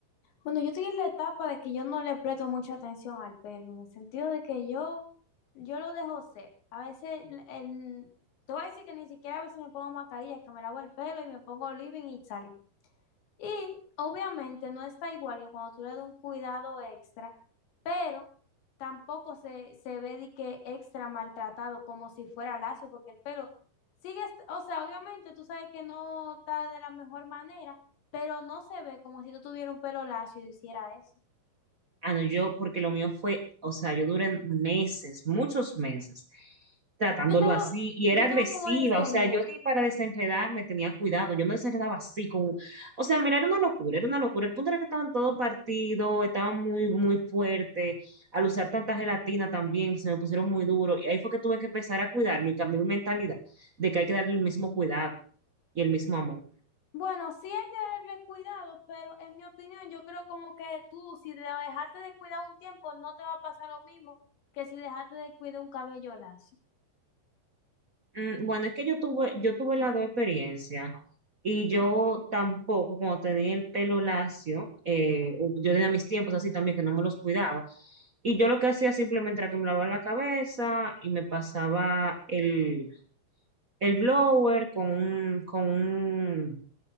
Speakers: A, on the left; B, on the right.
A: Bueno, yo estoy en la etapa de que yo no le presto mucha atención al pelo, en el sentido de que yo, yo lo dejo ser. A veces, el, el- te voy a decir que ni siquiera a veces me pongo mascarilla, que me lavo el pelo y me pongo living y sal. Y obviamente no está igual que cuando tú le das un cuidado extra, pero tampoco se, se ve de que extra maltratado como si fuera lacio, porque el pelo sigue, est- o sea, obviamente tú sabes que no está de la mejor manera, pero no se ve como si tú tuvieras un pelo lacio y hiciera eso.
B: Ah, no, yo, porque lo mío fue, o sea, yo duré meses, muchos meses, tratándolo
A: Yo tengo,
B: así, y era
A: yo
B: agresiva,
A: tengo como desde
B: o sea,
A: enero.
B: yo ni para desenredarme tenía cuidado, yo me desenredaba así, con, o sea, mira, era una locura, era una locura, el punto era que estaban todo partido, estaban muy, muy fuerte, al usar tanta gelatina también, se me pusieron muy duro, y ahí fue que tuve que empezar a cuidarlo y cambié mi mentalidad de que hay que darle el mismo cuidado y el mismo amor.
A: Bueno, sí hay que darle cuidado, pero en mi opinión, yo creo como que tú, si te dejaste de cuidar un tiempo, no te va a pasar lo mismo que si dejaste de cuidar un cabello lacio.
B: Mm, Bueno, es que yo tuve, yo tuve las dos experiencias y yo tampoco, cuando tenía el pelo lacio, eh, yo tenía mis tiempos así también que no me los cuidaba. Y yo lo que hacía simplemente era que me lavaba la cabeza y me pasaba el, el blower con un, con un